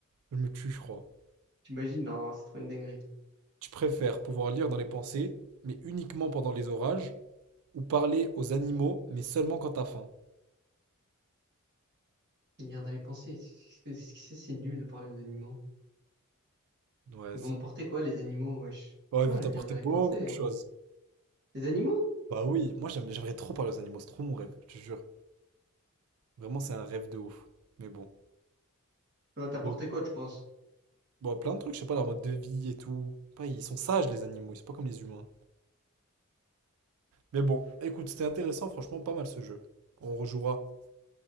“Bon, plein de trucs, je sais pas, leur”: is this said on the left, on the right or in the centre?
Right